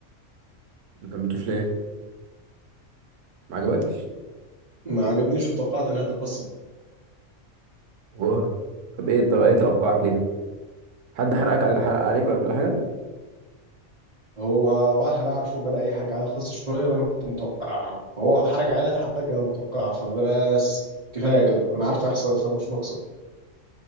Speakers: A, on the right; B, on the right.
A: ما كملتوش ليه ما عجبكش
B: ما عجبنيش وتوقعت نهايه القصه
A: واه طب ايه طب ايه توقعك ليها حد حرقك على حرق عليك ولا حاجه
B: هو واحد اعرفه بدا يحرج عليا القصه شويه وانا كنت متوقعها فهو حرج عليا حرج انا متوقعها فبس كفايه كده انا عارف احصائي فمش ناقص